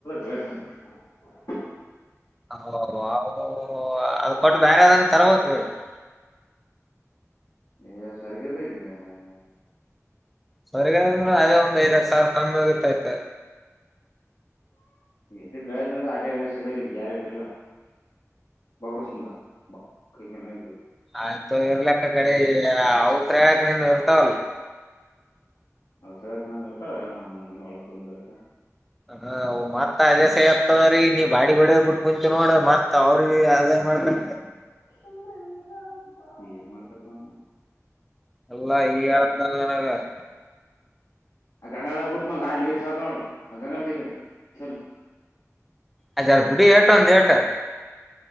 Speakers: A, on the left; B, in the centre.
A: ಗಿಡಕ್ಕ. <unintelligible>
B: ಅವು, ಅವ್ವೂ, ಅದ್, ಕೊಟ್ಟು ಬೇರೆದನ್ ತರ್ಬೇಕು, ಹೇಳಿ? <inaudible>
A: ಏನ್ಸವರ್ಗಿದ್ಯಾ. <inaudible>
B: ಸರ್ಗದಂದ್ರೆ, ಅದೇ! ಒಂದು, ಐದ್ ಸಾವಿರ ಕಮ್ಮಿ, ಹೋಗತೈತೆ. <inaudible>
A: ಇನ್ನು ಗಾಡಿಯಲ್ಲಿ ಹಾಡು ಹೇಳಕ್ಕೆ ಸರಿ ಹೇಳ ಸಿಗರಿ, ಯಾರಟ್ರಲ್ಲ ಬಗಡಸ್ನ ಬಾ. <inaudible> ಕೈದಿನೆ. <inaudible>
B: ಆಯ್ತ, ಇರ್ಲಕ್ಕ! ಕಡೆ,
A: ಇರ್ತೀನಿ
B: ಔತ್ರಯಕ, ನೋಡ್ತಾ ವಲ್ಲ. <inaudible>
A: ಔಟ್ಸೈಡ್, ಇರ್ತಾವ! ಒಂದೊಂದು, ದಿನ ಒಳಗ್, ತೊಂದರೆಯಾಗ. <inaudible>
B: ಹ, ಮತ್ತೆ, ಅದೇ, ಸೈಹೇತುತತೆರಿ. <inaudible> ಹೊಡದ್ಬ, ಬಿಟ್ಟು, ಕುಂತುಕೊಂಡು, ಮತ್ತತ್ ಅವ್ರಿಗೆ, ಅದೇ ಮಾಡ್ಬೇಕ. <inaudible>
A: ಸುಮ್ನೆ, ಏನುವಾದರೂ, ಏನ್, ಮಾಡ ಕರ್ತನು. <inaudible>
B: ಅವಳಾ, ಈಗಾ ಕಾಲಲ್ಲನಕ್ಕ. <inaudible>
A: ಆ, ಗಂಗಾದ, ಹುಡುಕಾನೋ, ಗಾಯ, ನೀರ ಚಲ್ತಾನ್ ನೋಡು, ಆ ಗಂಗಾಧರ್ ಕೈ, ತೆಗೆದೆ ನೋಡು. <inaudible>
B: ಅದು, ಎರಡು, ಬಿಡಿ, ಹೆಟ್ಟು, ಒಂದೇಟು. <inaudible>